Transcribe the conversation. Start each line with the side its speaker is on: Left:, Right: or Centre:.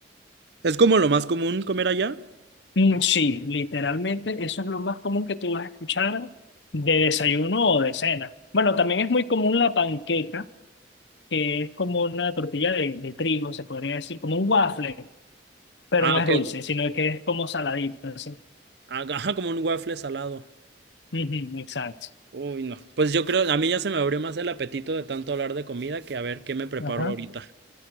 Right: ¿Es como lo más común comer allá?
Left: Mm, Sí, literalmente eso es lo más común que tú vas a escuchar de desayuno o de cena. Bueno, también es muy común la panqueca, que es como una tortilla de, de trigo, se podría decir, como un waffle, pero
Right: Ah,
Left: no
Right: ok.
Left: es dulce, sino que es como saladito, así.
Right: Ah, Ajá, como un waffle salado.
Left: Ujú, Exacto.
Right: Uy, no. Pues yo creo, a mí ya se me abrió más el apetito de tanto hablar de comida que a ver qué me preparo
Left: Ajá.
Right: ahorita.